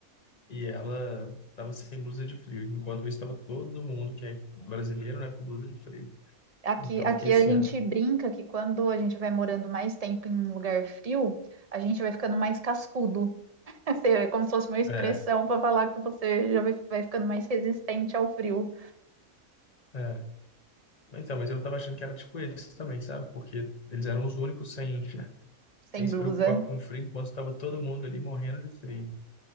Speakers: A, on the left; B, on the right.
A: e ela tava sem blusa de frio. Enquanto isso, tava todo mundo que é brasileiro, né, com blusa de frio.
B: Aqui,
A: Então,
B: aqui
A: eu fiquei assim,
B: a gente
A: ah,
B: brinca que quando a gente vai morando mais tempo em um lugar frio, a gente vai ficando mais cascudo. <laughs> Assim, É como se fosse uma expressão
A: é.
B: para falar que você já vai vai ficando mais resistente ao frio
A: <laughs> É. Então, mas eu tava achando que era tipo esse também, sabe? Porque eles eram os únicos sem, <laughs>
B: sem
A: sem se
B: blusa.
A: preocupar com o frio, enquanto tava todo mundo ali morrendo de frio.